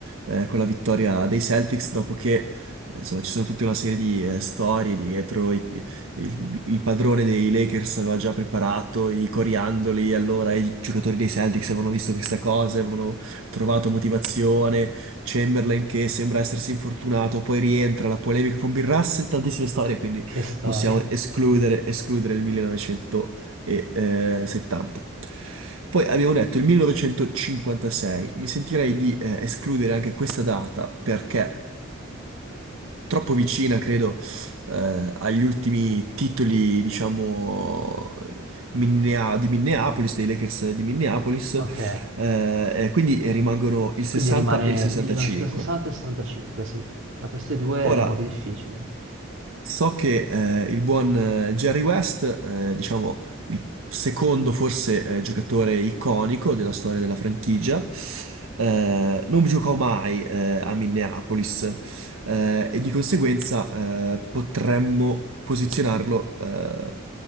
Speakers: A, on the right (about 80°); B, on the right (about 65°).
A: eh, con la vittoria dei Celtics, dopo che eh, insomma, ci sono tutta una serie di eh, storie dietro. i- i- il, il padrone dei Lakers aveva già preparato i coriandoli, allora i giocatori dei Celtics avevano visto questa cosa, avevano trovato motivazione. Chamberlain che sembra essersi infortunato, poi rientra, la polemica con Bill Russell, tantissime storie, quindi
B: Che storia.
A: possiamo escludere, escludere il 1970. Poi abbiamo detto il 1956, mi sentirei di eh, escludere anche questa data perché troppo vicina, credo, eh, agli ultimi titoli, diciamo, Minnea- di Minneapolis, dei Lakers di Minneapolis,
B: Ok.
A: eh, e quindi rimangono il
B: Quindi
A: 60
B: rimane
A: e il 65.
B: 1960 e 65, sì. Tra queste due è
A: Ora,
B: un po' più difficile.
A: So che eh, il buon eh, Jerry West, eh, diciamo il secondo forse eh, giocatore iconico della storia della franchigia, eh, non giocò mai eh, a Minneapolis eh, e di conseguenza eh, potremmo posizionarlo. eh,